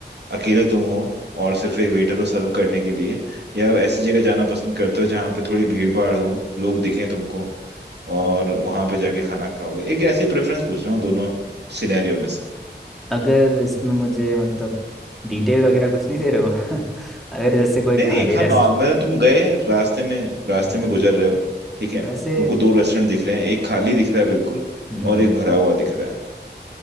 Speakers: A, on the right (about 70°); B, in the centre.
A: अकेले तुम हो और सिर्फ एक वेटर हो सर्व करने के लिए या ऐसी जगह जाना पसंद करते हो जहाँ पे थोड़ी भीड़ भाड़ हो लोग दिखें तुमको और वहां पे जाके खाना खाओगे एक ऐसी प्रेफरेंस पूछ रहा हूँ दोनों सिनेरियो में से
B: अगर इसमें मुझे मतलब डिटेल वगैरह कुछ नहीं दे रहे हो <laughs> अगर जैसे कोई
A: नहीं नहीं
B: खाली
A: खाना
B: रेस्ट
A: मैंने तुम गए रास्ते में रास्ते
B: अच्छा
A: में गुजर रहे हो ठीक है
B: वैसे
A: तुमको दो रेस्टोरेंट दिख रहे हैं एक खाली दिख रहा है बिल्कुल
B: हम्म
A: और एक भरा हुआ दिख रहा है